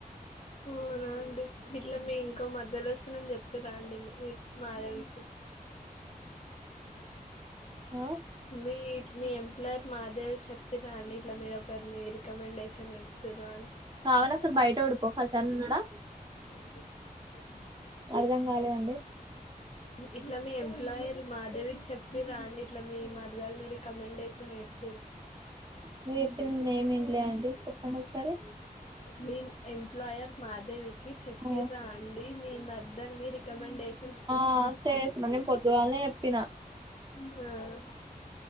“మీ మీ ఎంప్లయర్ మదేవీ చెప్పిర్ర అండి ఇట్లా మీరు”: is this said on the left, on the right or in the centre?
Left